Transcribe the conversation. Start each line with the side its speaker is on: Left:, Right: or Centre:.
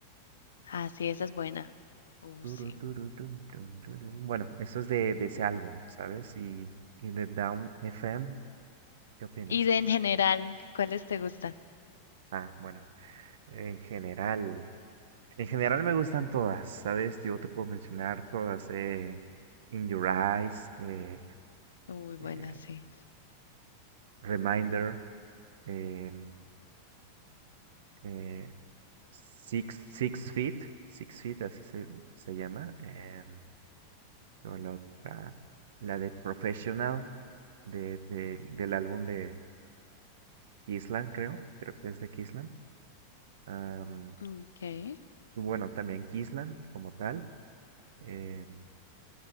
Left: ah, sí, esa es buena. Uh,
Right: Turu,
Left: sí.
Right: turu, tun, tun, tururú. Bueno, eso es de, de ese álbum, ¿sabes? Y, y de Down FM, ¿qué opinas?
Left: Y de en general, ¿cuáles te gustan?
Right: Ah, bueno, en general, en general me gustan todas, ¿sabes? Yo te puedo mencionar todas, eh, In Your Eyes, eh,
Left: Uy, buena,
Right: eh,
Left: sí.
Right: Reminder, eh, eh, Six, Six Feet, Six Feet, así se, se llama. eh, o la otra, la de Professional de, de- del álbum de Kisland, creo, creo que es de Kisland. Am,
Left: Okay.
Right: y bueno, también Kisland como tal. em,